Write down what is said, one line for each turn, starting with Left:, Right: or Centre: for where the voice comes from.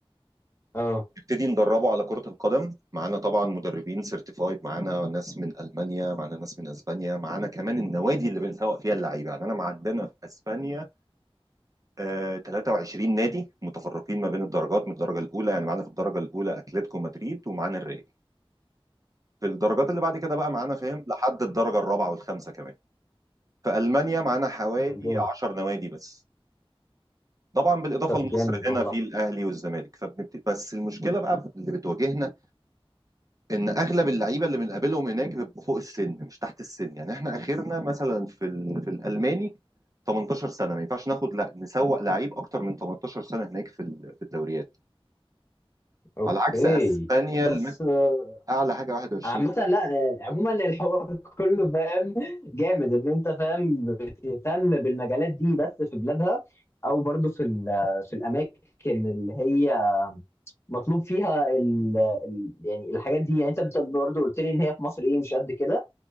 Left: اه
Right: نبتدي ندربه على كرة القدم معانا طبعا مدربين سيرتيفايد معانا ناس من ألمانيا معانا ناس من أسبانيا معانا كمان النوادي اللي بنسوق فيها اللعيبة يعني أنا معدنا في أسبانيا آه 23 نادي متفرقين ما بين الدرجات من الدرجة الأولى يعني معانا في الدرجة الأولى أتلتيكو مدريد ومعانا الريال في الدرجات اللي بعد كده بقى معانا فاهم لحد الدرجة الرابعة والخامسة كمان في ألمانيا معانا حوالي
Left: طب جامد
Right: 10 نوادي بس طبعا بالإضافة
Left: طب
Right: لمصر
Left: جامد والله
Right: هنا في الأهلي والزمالك فبنبت... بس المشكلة بقى اللي بتواجهنا ان اغلب اللعيبه اللي بنقابلهم هناك بيبقوا فوق السن مش تحت السن يعني احنا اخرنا مثلا في ال... في الالماني 18 سنه ما ينفعش ناخد لا نسوق لعيب اكتر من 18 سنه هناك في ال... في الدوريات
Left: اوكي
Right: على عكس اسبانيا
Left: بس
Right: الماكس
Left: آه،
Right: اعلى حاجه 21
Left: عامة لا آه، عموما الحوار <laughs> كله فاهم جامد ان انت فاهم بتهتم بالمجالات دي بس في بلادها او برضه في ال- في الاماكن اللي هي مطلوب فيها ال ال يعني الحاجات دي يعني انت برضه قلت لي ان هي في مصر ايه مش قد كده